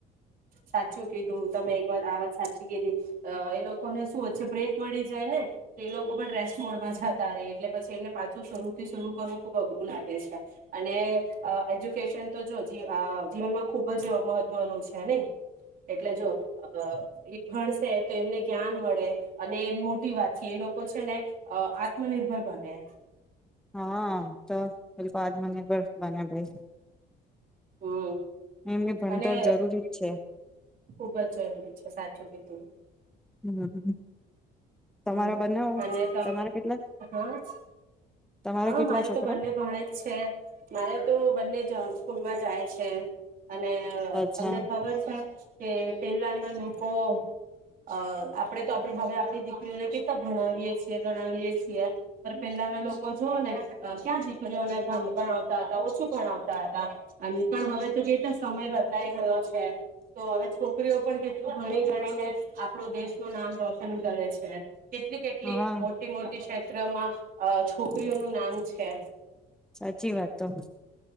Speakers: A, on the right; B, in the centre.
A: સાચું કીધું તમે એક વાર આ વાત સાચી કીધી અ એ લોકોને શું છે બ્રેક મળી જાય ને તો એ લોકો પણ રેસ્ટ મોડમાં જતા રહેે એટલે પછી એમને પાછું શરૂ થી શરૂ કરવું ખુબ અઘરું લાગે છે અને એજ્યુકેશન તો જો જીવનમાં ખુબ જ મહત્વનું છ ને એટલે જો એ ભણસે તો એમને જ્ઞાન મળે અને એ મોટી વાત છે એ લોકો છે ને આત્મનિર્ભર બને.
B: હા તો. પેલી પાદ મને પર બંને ભાઈ
A: હમ્મ
B: એમની ભણતર
A: અને
B: જરૂરી જ છે
A: ખુબ જ જરૂરી છે, સાચું કીધું.
B: હમ્મ, તમારા
A: હમ
B: બનાવ
A: અને તમ
B: તમારા કેટલા?
A: હા
B: તમારા
A: હા
B: કેટલા
A: મારે
B: છોકરા
A: તો બંને ભણે જ છે. મારે તો બંને <inaudible> સ્કૂલ માં જાય છ છે અને
B: અચ્છા
A: તમને ખબર છે કે પેલાના લોકો અ આપણેે તો આપ હવે આપણી દીકરીઓને કેતા ભણાવીએ છીએ, ગણાવીએ છીએ પણ પહેલાના લોક ને જોઓ ને ક્યાં જીતલીઓને ભંગ પણ આવતા તા ઓછું ભણાવતા તા અને પણ હવે તો કે સમય બદલાઈ ગયો છે તો હવે છોકરીઓ પણ કેટલું ભણી ગણીને આપણું દેશનું નામ રોશન કરે છે. કેટલી કેટલી
B: હા
A: મોટી મોટી ક્ષેત્રમાં અ નું નામ છે.
B: સાચી વાત તમ.